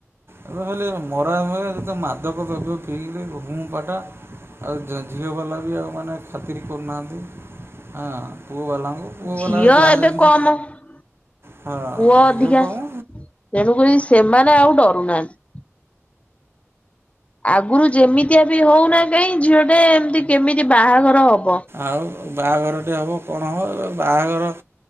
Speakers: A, on the right; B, on the left.
A: ଏବେ ହେଲେ ମରାମରି ଯେତକ ମାଦକ ଦ୍ରବ୍ୟ ପିଇଲେ ହୁଁ ପଟ ଆଉ ଜ ଝିଅବାଲା ବି ଆଉ ମାନେ ଖାତିର କରୁନାହାନ୍ତି ହଁ ପୁଅବାଲାଙ୍କୁ ପୁଅବାଲା
B: ଝିଅ
A: ଯାହା
B: ଏବେ
A: ଯେମିତି
B: କମ ପୁଅ
A: ହଁ
B: ଅଧିକା।
A: ଝିଅ କମ୍
B: ତେଣୁକରି ସେମାନେ ଆଉ ଡରୁନାହାନ୍ତି। ଆଗରୁ ଯେମିତିଆ ବି ହଉନା କାହିଁ ଝିଅଟେ ଏମତି କେମିତି ବାହାଘର ହବ।
A: ଆଉ ବାହାଘରଟେ ହେବ କଣ ହେବ ବାହାଘର